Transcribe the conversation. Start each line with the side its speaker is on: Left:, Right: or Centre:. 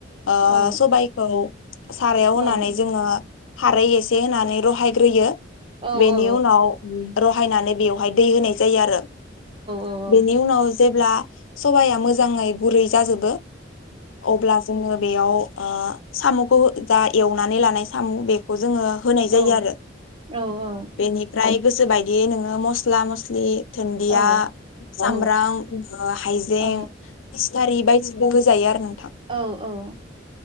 Left: ओ
Right: औ
Left: सबायखौ सारायाव
Right: औ
Left: होनानै जोङो खारै एसे होनानै रहायग्रोयो ।
Right: औ
Left: बेनिउ
Right: औ
Left: नाव रहायनानै बेवहाय दै होनाय जायो आरो ।
Right: औ
Left: बेनि उनाव जेब्ला सबाया मोजाङै गुरै जाजोबो । अब्ला जोङो बेयाव आ साम'खौ जा एवनानै लानाय साम बेखौ जोङो होनाय जायो
Right: औ
Left: आरो ।
Right: औ औ
Left: बेनिफ्राय गोसो बाय दे नङा म स्ला मस्लि धोनिया
Right: औ औ
Left: सामब्राम ओ हाइजें
Right: औ
Left: फिसखारि बायदि खौ होजायो आरो नों
Right: औ औ ।